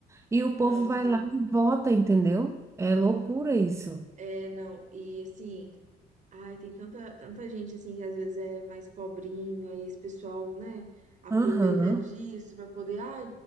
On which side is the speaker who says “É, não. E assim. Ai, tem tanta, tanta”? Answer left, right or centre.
Right